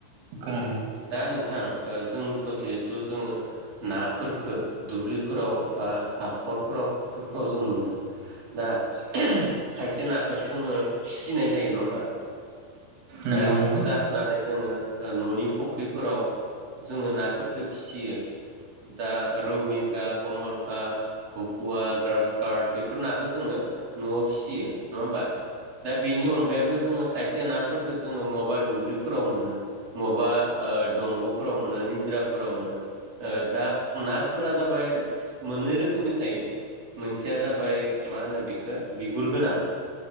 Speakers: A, on the right (about 75°); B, on the right (about 40°).
A: खोनादों
B: दा नोंथां जोंथ' जिहेथु जोङो नाफोरखो दुब्लिफोराव बा हाखरफोराव फुख्रिफोराव जों मोनो दा खायसे नाखौ' जोङो फिसिनाय जायो नङा होमबा
A: नंगौ
B: दा फिसा
A: नंगौ
B: जाहोनानै जोङो न'नि फुख्रिफोराव जोङो नाफोरफोरखौ फिसियो दा रौ मिरगा कमल कार्ट भकुवा ग्रास कार्ट बेफोर नाखौ जोङो न'आव फिसियो नङा होमबा दा बेनि अनगायैबो जोङो खाय यसे नाफोरखौ जोङो मबा दुब्लिफोराव मोनो मबा अ दंग'फोराव मोनो निजरा फोराव मोनो ओ दा नाफोरा जाबाय मोननै रोखोमनि थायो मोनसेया जाबाय मा होनो बेखौ बिगुर गोनां